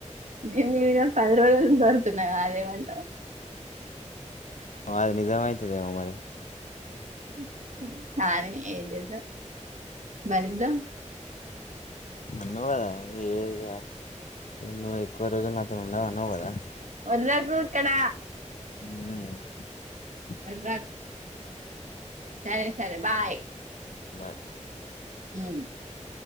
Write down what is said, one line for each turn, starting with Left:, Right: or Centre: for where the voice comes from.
Right: నేను నీ మీద పది రోజులు నుంచి ఓరుతున్నగా అదేమంటవ్
Left: అది నిజామాయితది ఏమో మరి
Right: మ్హ్ సారే ఏంజె బరిద్దాం
Left: అన్నవాదా ఏద <unintelligible> క్కువ రోజు నా తోను ఉండవు అన్నావు కదా
Right: ఒర్రకు ఇక్కడ
Left: మ్
Right: అర్రాకు సరే సరే బాయ్
Left: బాయ్
Right: ఉం